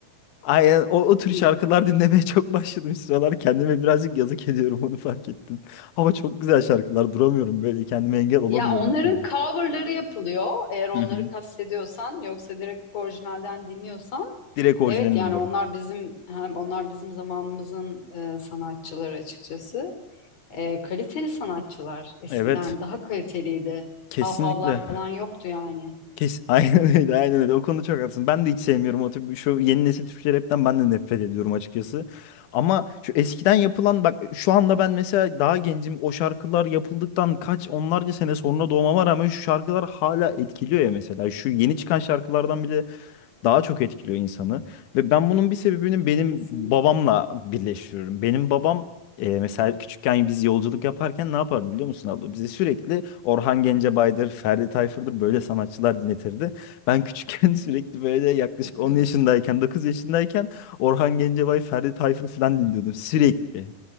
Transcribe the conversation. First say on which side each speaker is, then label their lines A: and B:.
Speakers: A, on the left (about 65°); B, on the left (about 45°).
A: Aynen o, o tür
B: Bi-
A: şarkılar dinlemeye çok başladım şu sıralar. Kendime birazcık yazık ediyorum onu fark ettim. Ama çok güzel şarkılar duramıyorum böyle kendime engel olamıyorum
B: Ya onların
A: bir türlü.
B: coverları yapılıyor. Eğer onları
A: Hı hı.
B: kastediyorsan yoksa direkt orijinalden dinliyorsan.
A: Direkt orijinalini
B: Evet yani
A: dinliyorum.
B: onlar bizim hem onlar bizim zamanımızın e, sanatçıları açıkçası. E, kaliteli sanatçılar. Eskiden
A: Evet.
B: daha kaliteliydi.
A: Kesinlikle.
B: Havhavlar falan yoktu yani.
A: Kes <laughs> aynen öyle, aynen öyle. O konuda çok haklısın. Ben de hiç sevmiyorum o tip şu yeni nesil Türkçe rapten ben de nefret ediyorum açıkçası. Ama şu eskiden yapılan bak şu anda ben mesela daha gencim o şarkılar yapıldıktan kaç onlarca sene sonra doğmama rağmen şu şarkılar hala etkiliyor ya mesela. Şu yeni çıkan şarkılardan bile daha çok etkiliyor insanı. Ve ben bunun bir sebebini benim
B: Kesinlikle.
A: babamla birleştiriyorum. Benim babam e, mesela küçükken biz yolculuk yaparken ne yapardı biliyor musun abla? Bize sürekli Orhan Gencebay'dır, Ferdi Tayfur'dur böyle sanatçılar dinletirdi. Ben küçükken <laughs> sürekli böyle yaklaşık
B: <laughs>
A: 10 yaşındayken, dokuz yaşındayken Orhan Gencebay, Ferdi Tayfur falan dinliyordum sürekli.